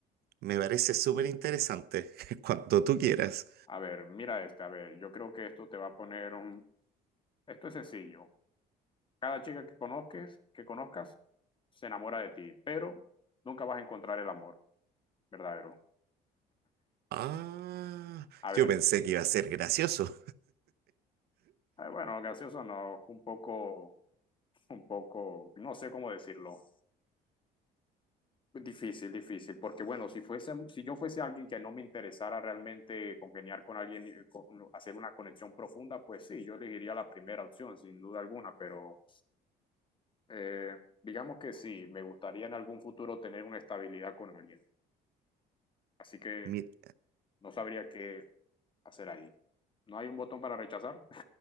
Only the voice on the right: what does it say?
me parece súper interesante. <laughs> Cuando tú quieras.
Ah,
yo pensé que iba a ser gracioso.
<laughs> Mi-